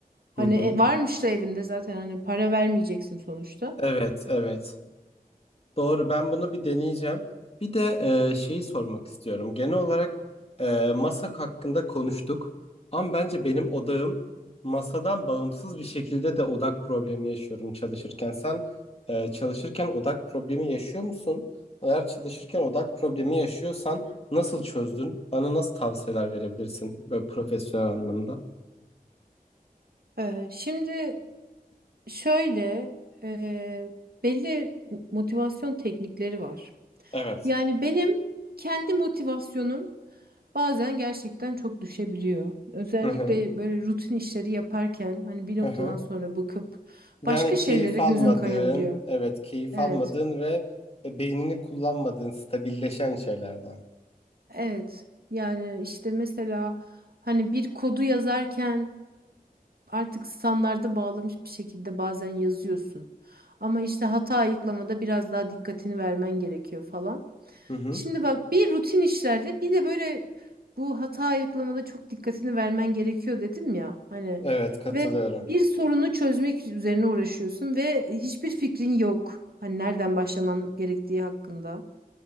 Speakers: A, on the left; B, on the right.
A: hı
B: Hani
A: hı.
B: e, varmış da evinde zaten hani para vermeyeceksin sonuçta.
A: Evet evet. Doğru, ben bunu bir deneyeceğim. Bir de e, şeyi sormak istiyorum. Genel olarak e, masak hakkında konuştuk. Ama bence benim odağım masadan bağımsız bir şekilde de odak problemi yaşıyorum çalışırken. Sen e, çalışırken odak problemi yaşıyor musun? Eğer çalışırken odak problemi yaşıyorsan nasıl çözdün? Bana nasıl tavsiyeler verebilirsin böyle profesyonel anlamda?
B: Ee, şimdi şöyle e, belli motivasyon teknikleri var.
A: Evet.
B: Yani benim kendi motivasyonum bazen gerçekten çok düşebiliyor. Özellikle
A: Hı hı.
B: böyle rutin işleri yaparken hani bir noktadan
A: Hı hı.
B: sonra bıkıp
A: Yani
B: başka şeylere
A: keyif almadığın,
B: gözüm kayabiliyor.
A: evet keyif
B: Evet,
A: almadığın ve e, beynini kullanmadığın stabilleşen şeylerden.
B: evet. Yani işte mesela hani bir kodu yazarken artık standarda bağlamış bir şekilde bazen yazıyorsun. Ama işte hata ayıklamada biraz daha dikkatini vermen gerekiyor falan.
A: Hı hı.
B: Şimdi bak bir rutin işlerde bir de böyle bu hata ayıklamada çok dikkatini vermen gerekiyor dedim ya. Hani
A: Evet katılıyorum.
B: ve bir sorunu çözmek üzerine uğraşıyorsun ve hiçbir fikrin yok. Hani nereden başlaman gerektiği hakkında.